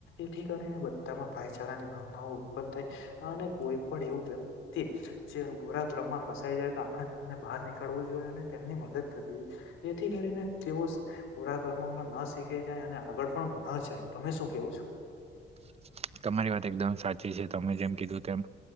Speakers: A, on the left; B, on the right.
A: તેથી કરીને બધામાં ભાઈચારાની ભાવના ઉત્પન થાય અને કોઈ પણ એવું વ્યક્તિ જે ગોરા ક્રમમાં ફસાઈ જાય આપણે તેમને બહાર નીકળવું જોઈએ અને તેમની મદદ કરવી જોઈએ જેથી કરીને તેઓ પૂરા કર્મમાં ન શીખી જાય અને આગળ પણ ન જાય તમે શું કેવો છો?
B: <inaudible> તમારી વાત એકદમ સાચી છે તમે જેમ કીધું તેમ